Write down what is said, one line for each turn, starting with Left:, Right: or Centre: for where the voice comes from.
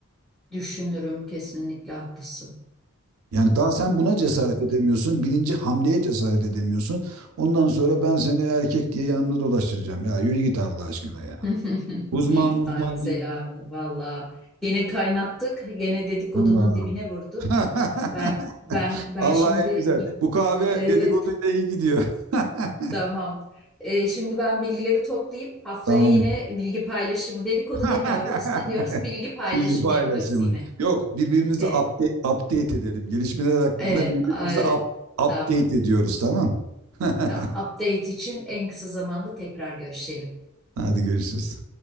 Centre: Düşünürüm kesinlikle haklısın.
Right: Yani daha sen buna
Centre: Ee,
Right: cesaret edemiyorsun. Birinci hamleye cesaret edemiyorsun. Ondan sonra ben seni erkek diye yanımda dolaştıracağım. Ya yürü git Allah aşkına ya.
Centre: <laughs>
Right: Uzman uzman
Centre: Ay Selami
Right: değil.
Centre: valla gene kaynattık gene dedikodunun
Right: Allah.
Centre: dibine vurduk.
Right: <laughs>
Centre: Ben ben ben
Right: Allah
Centre: şimdi
Right: en güzel.
Centre: git
Right: Bu kahve
Centre: evet
Right: dedikoduyla iyi gidiyor. <laughs>
Centre: tamam. Ee, şimdi ben bilgileri toplayayım. Haftaya
Right: Tamam.
Centre: yine bilgi paylaşımı dedikodu
Right: <laughs>
Centre: demiyoruz. Ne diyoruz? Bilgi paylaşımı
Right: Bilgi paylaşımı.
Centre: yaparız yine.
Right: Yok, birbirimizi
Centre: Ee,
Right: update, update edelim. Gelişmeler hakkında
Centre: evet,
Right: birbirimizi
Centre: evet
Right: up- update
Centre: tamam.
Right: ediyoruz, tamam? <laughs>
Centre: Tamam. Update için en kısa zamanda tekrar görüşelim.
Right: Hadi görüşürüz.